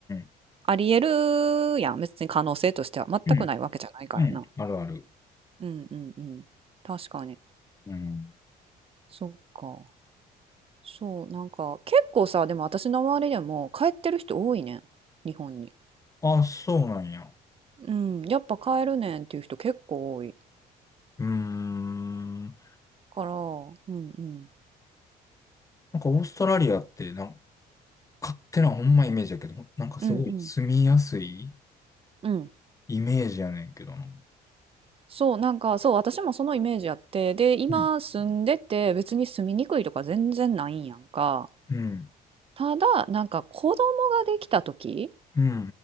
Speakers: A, on the left; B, on the right.
A: ん
B: ありえるやん。別に可能性としては全くないわけじゃないからな。
A: うん。うん。うんあるある。
B: うんうんうん。確かに。
A: うん。
B: そっか。そう、なんか、結構さ、でも私の周りでも、帰ってる人多いねん。日本に。
A: あ、そうなんや。
B: うん。やっぱ帰るねんっていう人結構多い。
A: うーん。な
B: から、うんうん。
A: んかオーストラリアって、なんか勝手なほんまイメージだけど、なんかすごい住みやすい
B: うんうん。うん。
A: イメージやねんけどな。
B: そう、なんか、そう、私もそのイメージやって、で、今住んでて、
A: うん。
B: 別に住みにくいとか全然ないんやんか。
A: うん。
B: ただ、なんか子供ができた時
A: うん。う